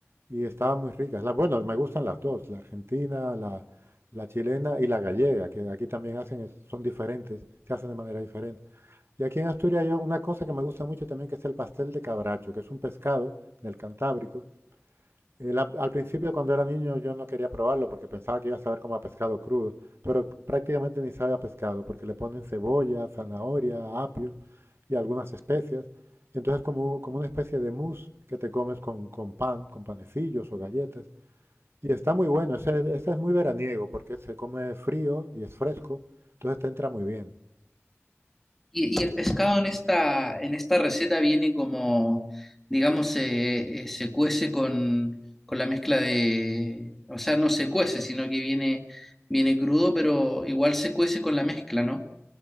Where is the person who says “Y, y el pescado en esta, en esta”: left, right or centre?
Centre